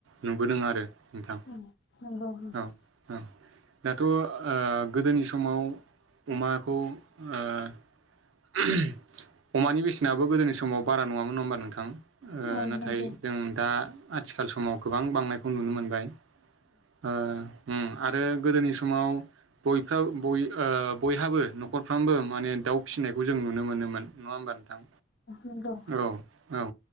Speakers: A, on the right (about 80°); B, on the left (about 60°).
A: नुबोदों आरो नोंथां
B: ओम नंगौ नोंथां
A: औ औ दाथ' ओ गोदोनि समाव अमाखौ ओ <unintelligible> अमानि बेसेनाबो गोदोनि समाव बारा नङामोन नङा होमबा नोंथां ओ
B: औ
A: नाथाय
B: नंगौ
A: जों दा आथिखाल समाव गोबां बांनायखौ नुनो मोनबाय ओ उम आरो गोदोनि समाव बयहा बय ओ बयहाबो न'खरफ्रामबो माने दाउ फिसिनायखौ जों नुनो मोनोमोन नङा होमबा नोंथां
B: नंगौ
A: औ औ